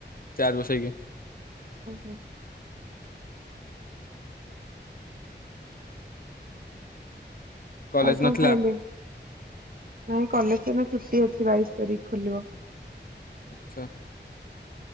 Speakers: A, on the left; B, on the right.
A: ଚାର୍ଜ ବସେଇକି।
B: କୋଉଠି
A: କଲେଜ
B: ଆଉ କଣ
A: ନଥିଲା
B: ଖାଇଲେ? ନାଇଁ କଲେଜ ଏବେ ଛୁଟି ଅଛି ବାଇଶି ତାରିଖ ଖୋଲିବ।
A: ଆଚ୍ଛା